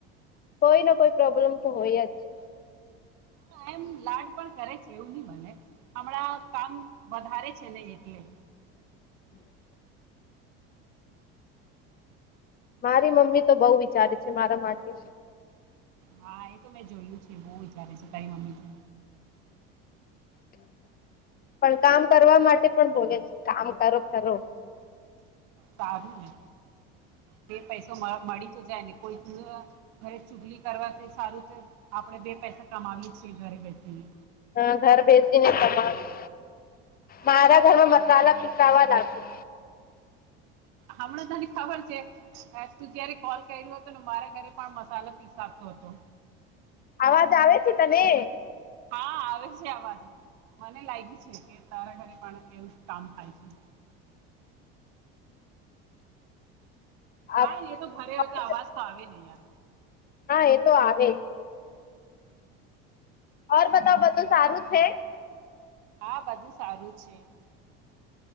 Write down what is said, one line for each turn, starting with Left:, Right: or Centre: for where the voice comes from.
Left: કોઈને કોઈ પ્રોબ્લેમ તો હોયયા જ છે.
Right: હા એમ લાડ પણ કરે છે એવું નહી મને હમણાં કામ વધારે છે નહી એટલે
Left: હમ મારી મમ્મી તો બહુ વિચારે છે મારા માટે
Right: હા એ તો મેં જોયું છે બહુ વિચારે છે તારી મમ્મી તો
Left: હમ પણ કામ કરવા માટે પણ બોલે છે કામ કરો કરો
Right: સારું ને બે પૈસો મળી તો જાય ને કોઈ ઘરે ચુગલી કરવા તે સારું તે આપણે બે પૈસા કમાવીએ છીએ ઘરે બેઠીને
Left: હા ઘર બેસીને કમાવીએ
Right: હા
Left: મારા ઘરમાં મસાલા દવા લાગુ
Right: હમણાં તને ખબર છે, તું જયારે કોલ કર્યું હતો ને મારા ઘરે પણ મસાલા પીસા તો હતો.
Left: અવાજ આવે છે તને
Right: હા આવે છે અવાજ મને લાગ્યું છે કે તારા ઘરે પણ એવું જ કામ થાય છે
Left: હા
Right: કઈ એ તો ઘરે હો તો અવાજ તો આવે નહી યાર
Left: હા એ તો આવે ઓર બતાવ બધું સારું છે
Right: હા બધું સારું છે.